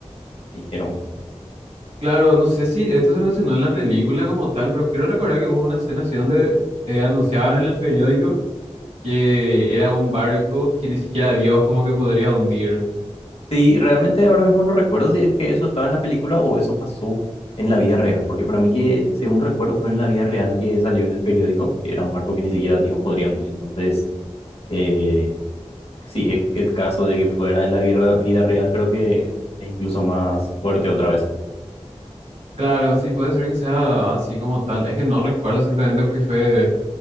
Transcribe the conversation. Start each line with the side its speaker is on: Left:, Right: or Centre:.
Left: dijeron.
Right: Claro, no sé si esto se mencionó en la película como tal, pero quiero recordar que hubo una escena así donde eh, anunciaban en el periódico que era un barco que ni siquiera Dios como que podría hundir.
Left: Sí, realmente ahora mismo no recuerdo si es que eso estaba en la película o eso pasó en la vida real, porque para mí que, según recuerdo, fue en la vida real que salió en el periódico, que era un barco que ni siquiera Dios podría hundir. Entonces, eh, si es el caso de que fuera en la vida vida real, creo que es incluso más fuerte otra vez.
Right: Claro, sí, puede ser que sea así como tal. Es que no recuerdo exactamente porque fue